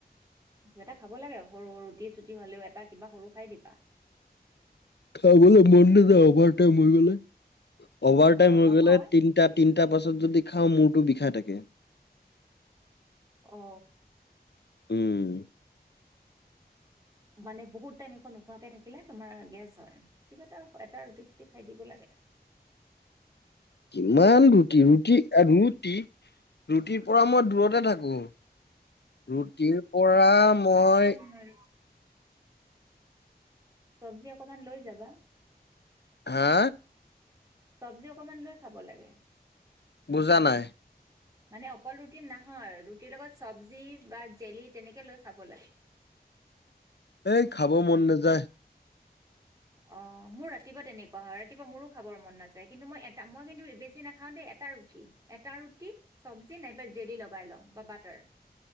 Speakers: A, on the right; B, on the left.
A: কিবা এটা খাব লাগে সৰু ৰুটি চুটি হলেও এটা কিবা সৰু খাই দিবা।
B: খাবলৈ মন নাযায় অভাৰ টাইম হৈ গলে অভাৰ
A: অ
B: টাইম হৈ
A: নহয়
B: গলে তিনটাত তিনিটা পাছত যদি খাওঁ মূৰটো বিষাই থাকে।
A: অ।
B: উম।
A: মানে বহুত টাইম একো নোখোৱাকে থাকিলে তোমাৰ গেছ হয়। কিবা এটা ৰুটি -পুটি খাই দিব লাগে।
B: কিমান ৰুটি ৰুটি ৰুটি ৰুটিৰ পৰা মই দূৰতে থাকো। ৰুটিৰ পৰা মই
A: হয়। চব্জি অকমান লৈ যাবা।
B: হা।
A: চব্জি অকমান লৈ খাব লাগে।
B: বুজা নাই?
A: হয়। মানে অকল ৰুটি নহয় ৰুটিৰ লগত চব্জি বা জেলি তেনেকে লৈ খাব লাগে।
B: এই খাব মন নাযায়।
A: অ মোৰ ৰাতিপুৱা তেনেকুৱা হয় ৰাতিপুৱা মোৰো খাবৰ মন নাযায় কিন্তু মই এটা মই কিন্তু বেছি নাখাও দেই এটা ৰুটি। এটা ৰুটি চবজি নাইবা জেলি লগাই লওঁ বা বাটাৰ।